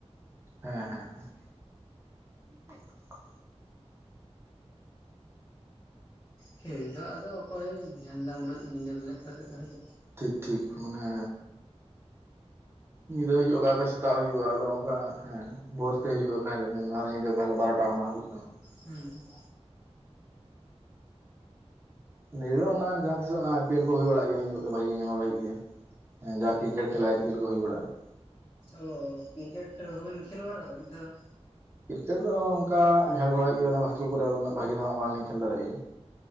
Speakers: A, on the right (about 20°); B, on the left (about 30°).
A: ᱦᱮᱸ ᱦᱮᱸ ᱦᱮᱸ ᱡᱤᱛᱮᱥ <unintelligible>
B: ᱠᱷᱮᱞ ᱫᱚ ᱟᱫᱚ ᱚᱠᱚᱭ ᱧᱮᱞᱫᱟ ᱩᱱᱟᱹᱜ ᱧᱤᱫᱟᱹ ᱵᱮᱸᱜᱮᱫ ᱠᱟᱛᱮ ᱫᱚ ᱦᱚᱭᱛᱳ
A: ᱴᱷᱤᱠ ᱴᱷᱤᱠ ᱢᱟᱱᱮ ᱧᱤᱫᱟᱹ ᱦᱩᱭᱩᱜᱼᱟ ᱚᱠᱟ ᱚᱠᱟ ᱥᱮᱛᱟᱜ ᱦᱩᱭᱩᱜᱼᱟ ᱟᱫᱚ ᱚᱱᱠᱟ ᱦᱮᱸ ᱵᱷᱳᱨᱛᱮ ᱦᱩᱭᱩᱜᱼᱟ ᱟᱠᱟ ᱦᱤᱞᱳ ᱧᱮᱞ ᱢᱮ ᱟᱨ ᱧᱤᱫᱟᱹ ᱚᱠᱟ ᱦᱤᱞᱳ ᱵᱟᱨᱚᱴᱟ ᱠᱷᱚᱱᱟᱜ ᱦᱩᱭᱩᱜ ᱠᱟᱱᱟ ᱾
B: ᱦᱩᱸ
A: ᱱᱤᱭᱟᱹᱚᱜ ᱚᱱᱟ ᱡᱟᱦᱟᱸ ᱛᱤᱥ ᱚᱱᱟ ᱟᱭ ᱯᱤ ᱮᱞ ᱠᱚ ᱦᱩᱭ ᱵᱟᱲᱟᱜ ᱜᱮᱭᱟ ᱩᱱ ᱡᱚᱠᱷᱚᱡ ᱵᱷᱟᱜᱤ ᱜᱮ ᱧᱮᱞ ᱵᱟᱲᱟ ᱦᱩᱭᱩᱜ ᱜᱮᱭᱟ ᱾ ᱦᱮᱸ ᱡᱟ ᱠᱨᱤᱠᱮᱴ ᱠᱷᱮᱞᱟ ᱟᱭᱯᱤᱭᱮᱞ ᱠᱚ ᱦᱩᱭ ᱵᱟᱲᱟᱜᱼᱟ ᱾
B: ᱚ ᱠᱨᱤᱠᱮᱴ ᱦᱚᱸᱵᱮᱱ ᱠᱷᱮᱞ ᱵᱟᱲᱟ ᱟᱠᱟᱫᱟ ᱢᱤᱫ ᱫᱷᱟᱣ ᱦᱚ
A: ᱠᱨᱤᱠᱮᱴ ᱫᱚ ᱚᱱᱠᱟ ᱠᱷᱮᱞ ᱵᱟᱲᱟᱭ ᱜᱮᱭᱟ ᱚᱱᱟ ᱦᱳᱥᱴᱮᱞ ᱠᱚᱨᱮ ᱫᱚ ᱩᱱᱟᱹᱜ ᱵᱷᱟᱜᱤ ᱫᱚ ᱦᱟᱸᱜ ᱵᱟᱝᱞᱤᱧ ᱠᱷᱮᱞ ᱫᱟᱲᱮᱭᱟᱜ ᱜᱮᱭᱟ ᱾